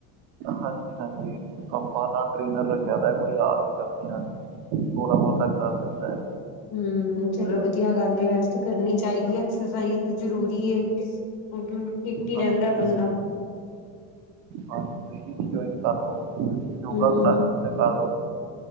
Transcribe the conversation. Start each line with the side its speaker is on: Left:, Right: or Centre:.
Right: ਹਾਂਜੀ- ਹਾਂਜੀ ਆਪਾਂ ਨਾ ਟ੍ਰੇਨਰ ਰਖਿਆ ਦਾ ਕੋਈ ਆਪ ਹੀ ਕਰਦੇ ਹਾਂ। ਥੋੜਾ ਬਹੁਤਾ ਕਰ ਲਈਦਾ ਹੈ।
Left: ਹਮ ਚਲੋ ਵਧੀਆ ਗੱਲ ਵੈਸੇ ਕਰਨੀ ਚਾਹੀਦੀ ਐਕਸਰਸਾਈਜ਼ ਜ਼ਰੂਰੀ ਹੈ ਫਿਟ ਹੀ
Right: ਹਾਂਜੀ
Left: ਰਹਿੰਦਾ ਬੰਦਾ।
Right: ਹਾਂ ਤੁ
Left: ਹੂੰ-ਹੂੰ,
Right: ਯੋਗਾ ਕਲਾਸ ਕਰਗਾ